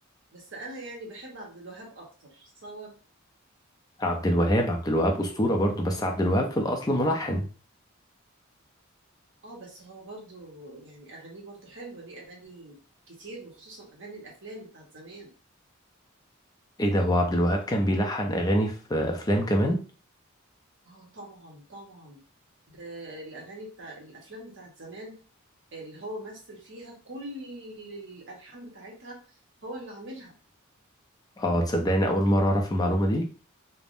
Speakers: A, on the right (about 60°); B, on the left (about 20°).
A: بس انا يعني بحب عبد الوهاب اكتر صور
B: عبد الوهاب عبد الوهاب أسطورة برضو بس عبد الوهاب في الأصل ملحن
A: اه بس هو برضو يعني اغانيه برضو حلوه ليه اغاني كتير وخصوصا اغاني الافلام بتاعت زمان
B: إيه ده هو عبد الوهاب كان بيلحن أغاني في أفلام كمان؟
A: اه طبعا طبعا ده الاغاني بتاع الافلام بتاعت زمان اللي هو مثل فيها كل الالحان بتاعتها هو اللي عاملها
B: آه تصدقني أول مرة أعرف المعلومة دي؟